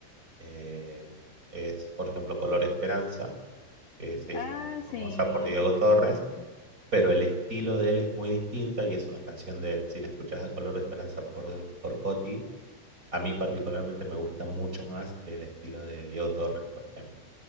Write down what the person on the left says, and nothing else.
Ah,
sí,
sí la
conozco.